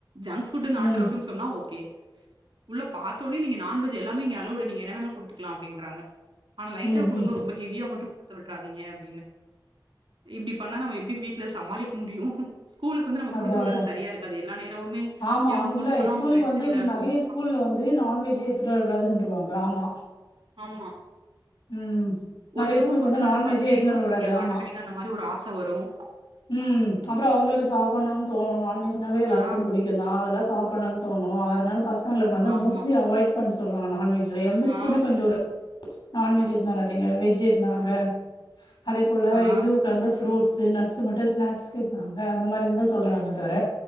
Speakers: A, on the right (about 80°); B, on the left (about 85°).
A: ஜங்க் ஃபுட்
B: ம்
A: நாட் அலாவுடுன்னு சொன்னா ஓகே உள்ள பாத்தோடனே நீங்க நான்வெஜ் எல்லாமே இங்க அலொவுடு நீங்க என்ன வேணா குடுத்துக்கலாம் அப்படிங்கிறாங்க ஆ லைட்டா
B: ம்
A: குடுங்க
B: ம்
A: ரொம்ப ஹெவியா மட்டும் குடுத்து விட்டுறாதீங்க அப்படின்னு இப்படி பண்ணா நம்ம எப்படி வீட்டுல சமாளிக்க முடியும் ஸ்கூலு வந்து நம்ம குடுத்து
B: அதா
A: விடுறது
B: அதா
A: சரியா இருக்காது எல்ல நேரமே
B: ஆமா
A: இவங்க
B: இல்ல
A: கொண்டு போனா
B: ஸ்கூலுக்கு
A: அவங்க ரெண்ட்ஸுக்கு
B: வந்து
A: இதா இருக்கும்
B: நெறைய ஸ்கூல்ல வந்து நான்வெஜ்ஜெ எத்துட்டு வர கூடதுன்றவாங்க ஆமா
A: ஆமா
B: ம்
A: ஒருத்தவங்க
B: நெறைய ஸ்கூலுக்கு
A: கொண்டு
B: வந்து
A: வரத
B: நான்வெஜ்ஜே
A: பாத்துட்டு
B: எடுத்துனு
A: இன்னொருத்தவங்களுக்கு
B: வரக்கூடாது ஆமா
A: ஆட்டோமேட்டிக்கா அந்த மாறிஒரு ஆச வரும்
B: ம் அப்புறம் அவங்களுக்கு சாப்பிட்ணும்னு தோணும் நான்வெஜ்னாவே எல்லாருக்கும்
A: ஆ
B: புடிக்கும் தான் அதெல்லாம் சாப்பிடனும் தோணும் அதனால பசங்கள வந்து
A: ஆமா
B: மோஸ்ட்லி அவாய்ட் பண்ண சொல்வாங்க நான்வெஜ் எந்த ஸ்கூமே
A: ஆ
B: கொஞ்சம் ஒரு நான்வெஜ்
A: ச
B: எடுத்துன்னு வராதீங்க வெஜ் எடுத்துன்னு வாங்க அதே போல
A: ஆ
B: இதுவு கந்த ஃப்ரூட்ஸ்ஸு நட் ஸ் மட்டும் ஸ்னாக்ஸ் கேட்னாங்க அந்த மாரி இருந்தா சொல்றாங்க தர